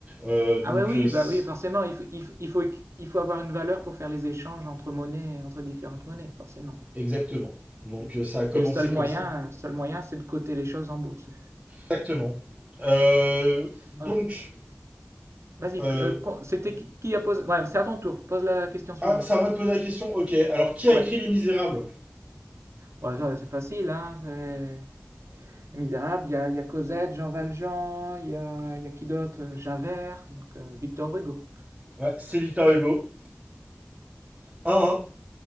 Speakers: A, on the right; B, on the right.
A: Euh,
B: Ah
A: donc,
B: ouais, oui,
A: euh, c'est-
B: bah oui, forcément, il faut, il faut, il faut, il faut avoir une valeur pour faire les échanges entre monnaies, entre différentes monnaies, forcément.
A: exactement. Donc,
B: Et
A: euh, ça a commencé
B: et le seul moyen,
A: comme ça.
B: seul moyen, c'est de coter les choses en bourse.
A: Exactement. Euh, donc,
B: Ah, ok. Vas-y,
A: Euh,
B: euh, con- c'était qui qui a posé... Ouais, c'est à ton tour, pose la question suivante.
A: ah, c'est à moi de poser la question. Ok, alors qui
B: Ouais.
A: a écrit Les Misérables
B: Bon, ça, c'est facile, hein. C'est... Misérable, il y a, il y a Cosette, Jean Valjean, il y a, il y a qui d'autre? Javert, donc, euh, Victor Hugo.
A: Ouais, c'est Victor Hugo. Un